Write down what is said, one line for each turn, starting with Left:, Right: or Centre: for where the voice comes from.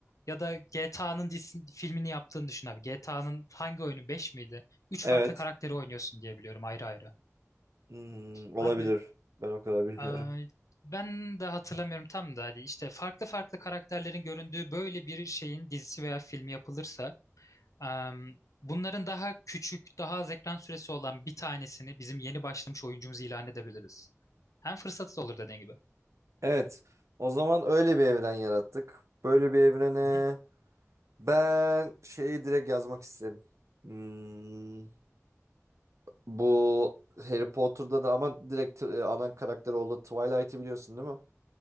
Left: Ya da GTA'nın filmini yaptığını düşün abi. GTA'nın hangi oyunu 5 miydi? Üç
Right: Evet.
Left: farklı karakteri oynuyorsun diye biliyorum ayrı ayrı.
Right: Hmm,
Left: Abi
Right: olabilir. Ben o kadar bilmiyorum.
Left: e, ben de hatırlamıyorum tam da hadi işte farklı farklı karakterlerin göründüğü böyle bir şeyin dizisi veya filmi yapılırsa Em, bunların daha küçük, daha az ekran süresi olan bir tanesini bizim yeni başlamış oyuncumuzu ilan edebiliriz. Hem fırsatı da olur dediğin gibi.
Right: Evet. O zaman öyle bir evren yarattık. Böyle bir evrene
Left: Hı hı.
Right: ben şeyi direkt yazmak isterim. Hmm, bu Harry Potter'da da ama direkt e, ana karakteri oldu. Twilight'i biliyorsun değil mi?